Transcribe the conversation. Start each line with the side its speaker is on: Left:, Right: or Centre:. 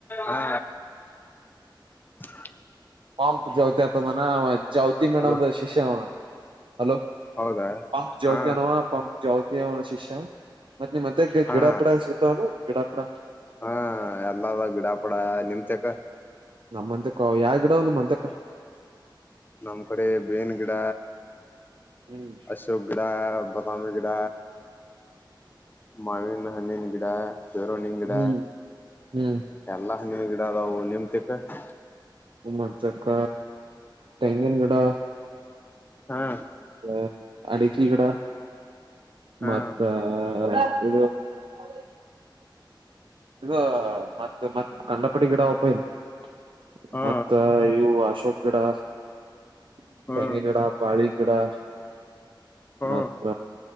Left: ಹಾ <inaudible>
Right: ಪಂ ಜಾವತಿ ಅತ ಮಾನ ಜಾವತಿ ಮೇಡಮದ
Left: ಹಲೋ
Right: ಶಿಷ್ಯ ಹಲೋ
Left: ಹೌದಾ
Right: ಪಂಪ್ ಜ್ಯೋತಿಯನವ
Left: ಹಾ
Right: ಪಂಪ್ ಜ್ಯೋತಿಯ ಅವನ ಶಿಷ್ಯ ಮತ್ತತ್ ನಿಮ್ ಮತ್ತೆ
Left: ಹಾ
Right: ಗಿಡಾಪಿಡ ಸಿಗತಾವನು ಗಿಡಾಪಿಡ
Left: ಹಾ ಎಲ್ಲದ ಗಿಡಾಪಡ ನಿಮ ಚಕ್ಕ
Right: ನಮ್ಮಂತಕ್ಕ ಯಾವ ಗಿಡಾವ ನಿಮಮ್ಮಂತಕ್ಕ
Left: ನಮ್ಮ್, ಕಡೆ, ಬೇವಿನು, ಗಿಡ,
Right: ಹ್ಮ್
Left: ಅಶೋಕ್, ಗಿಡ? <unintelligible> ಮಾಮೂಲಿ, ಗಿಡ, ಮಾವಿನ, ಹಣ್ಣಿನ ಗಿಡ. <inaudible> ಬೇರೋಣನ್, ಗಿಡ,
Right: ಹ್ಮ್ ಹ್ಮ್
Left: ಎಲ್ಲ, ನೀನ್ ಗಿಡ ಅದಾವ ನಿಮತಕ್. <unintelligible>
Right: ಏನ್ ಮಾಡ್ತೀಯಾ ಅಕ್ಕ ತೆಂಗಿನ ಗಿಡ? <inaudible>
Left: ಹಾ. <inaudible>
Right: ಹೇ, ಇತ್ತುಲಿ, ಗಿಡ. <inaudible>
Left: ಹಾ
Right: ಮತ್ತೆ, ಇದು. <unintelligible> ಇದು, ಮತ್ತ, ಮತ್ತೆ, ಕಡ್ಲೆ ಪುಡಿ ಗಿಡ ಓಪನ್. <inaudible>
Left: ಹಾ
Right: ಮತ್ತ, ಇವು, ಅಶೋಕ್, ಗಿಡ. <unintelligible>
Left: ಹಾ
Right: ತೆಂಗಿನ ಗಿಡ ಪಾಳಿನ್ ಗಿಡ. <inaudible>
Left: ಹಾ
Right: ಮತ್ತ,